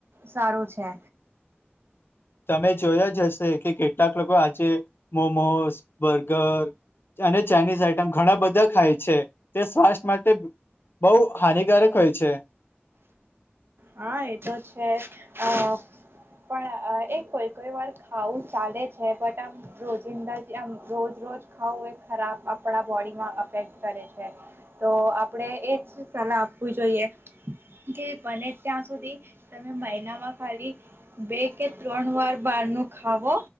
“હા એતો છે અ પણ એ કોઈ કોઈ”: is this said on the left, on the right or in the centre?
Right